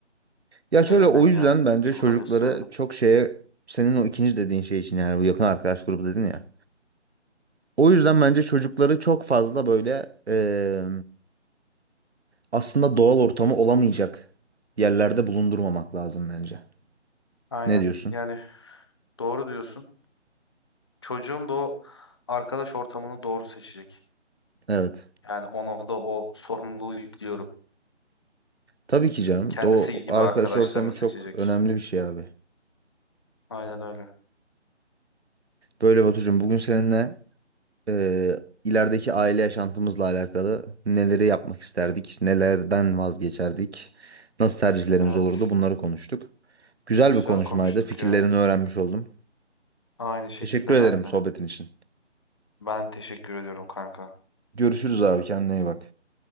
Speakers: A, on the right; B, on the left.
A: Ya şöyle
B: Elimden
A: o yüzden
B: geldiğince
A: bence çocukları
B: bunları gösterirdim.
A: çok şeye senin o ikinci dediğin şey için yani bu yakın arkadaş grubu dedin ya. O yüzden bence çocukları çok fazla böyle eee, aslında doğal ortamı olamayacak yerlerde bulundurmamak lazım bence.
B: Aynen.
A: Ne diyorsun?
B: Yani doğru diyorsun. Çocuğum da o arkadaş ortamını doğru seçecek.
A: Evet.
B: Yani ona da o sorumluluğu yüklüyorum.
A: Tabii ki canım.
B: Kendisi
A: O
B: gibi
A: arkadaş
B: arkadaşlarını
A: ortamı
B: seçecek.
A: çok önemli bir şey abi.
B: Aynen öyle.
A: Böyle Batucuğum bugün seninle e, ilerideki aile yaşantımızla alakalı neleri yapmak isterdik, nelerden vazgeçerdik, nasıl tercihlerimiz
B: Evet.
A: olurdu bunları konuştuk. Güzel
B: Güzel
A: bir konuşmaydı.
B: konuştuk
A: Fikirlerini
B: ya.
A: öğrenmiş oldum.
B: Aynı şekilde
A: Teşekkür ederim
B: ben de.
A: sohbetin için.
B: Ben teşekkür ediyorum kanka.
A: Görüşürüz abi kendine iyi bak.